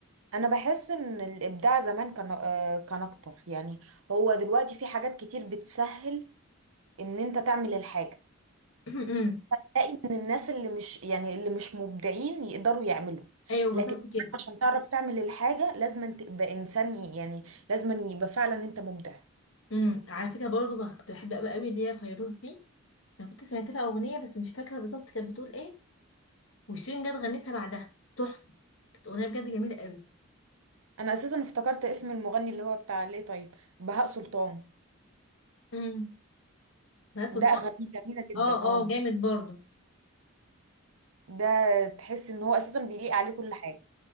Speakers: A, on the right; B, on the left.
A: انا بحس ان الابداع زمان كان آه، كان اكتر يعني هو دلوقتي في حاجات كتير بتسهل ان انت تعمل الحاجه
B: <clears throat> أمم.
A: فتلاقي ان الناس اللي مش يعني اللي مش مبدعين يقدروا يعملوا
B: ايوه بالظبط
A: لكن زمان
B: كده
A: عشان تعرف تعمل الحاجه لازم تبقى انسان ي- يعني لازم يبقى فعلا انت مبدع
B: امم على فكره برضو بقى كنت بحب قوي قوي اللي هي فيروز دي انا كنت سمعت لها اغنيه بس مش فاكره بالظبط كانت بتقول ايه وشيرين جت غنتها بعدها تحفه اغنيه بجد جميله قوي
A: انا اساسا افتكرت اسم المغني اللي هو بتاع ليه طيب بهاء سلطان
B: امم بهاء سلطان
A: ده اغانيه جميله جدا
B: اه
A: اه
B: اه جامد برضو
A: ده تحس ان هو اساسا بيليق عليه كل حاجه